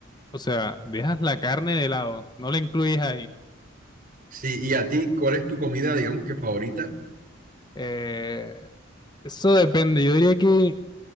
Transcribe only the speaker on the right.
Sí, y a ti, ¿cuál es tu comida, digamos que favorita?